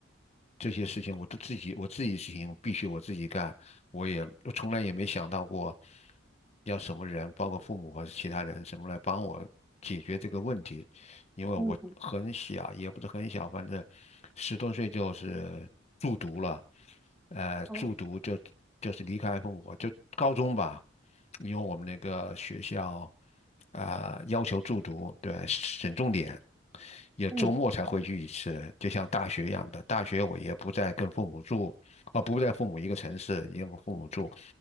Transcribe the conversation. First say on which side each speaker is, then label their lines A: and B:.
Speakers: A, on the left; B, in the centre.
A: 这些事情，我都自己我自己事情必须我自己干，我也我从来也没想到过要什么人，包括父母还是其他人，什么来帮我解决这个问题，因为我很小，
B: 嗯，
A: 也不是很小，反正十多岁就是住读了。呃住读就就是离开父母，
B: 哦，
A: 就高中吧，因为我们那个学校啊、呃要求住读，对，省重点，也周末才回去一次，
B: 嗯，
A: 就像大学一样的。大学我也不再跟父母住，啊、不在父母一个城市，也不父母住，